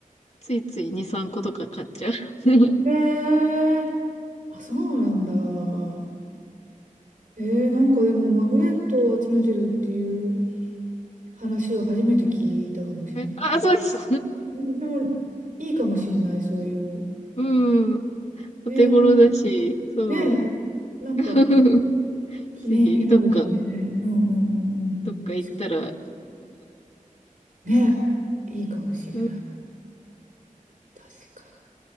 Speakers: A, on the left; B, on the right.
A: ついつい2、3個とか買っちゃう。<laughs>
B: うん。ええあ、そうなんだ。えー、なんかでもマグネットを集めてるっていう話を初めて聞いたかもしれないけど、
A: えあ、そうです。
B: うんでもいいかもしれない、そういう。
A: うん。お手頃だし、
B: ねえ、
A: そう。
B: ねえ、なんか
A: <laughs>
B: 記念になるしね。
A: ぜひ、どっか、
B: うんうんうんうんうん。
A: どっか行ったら、
B: 確かに。ねえ、いいかもしれない。
A: うん。
B: 確かに。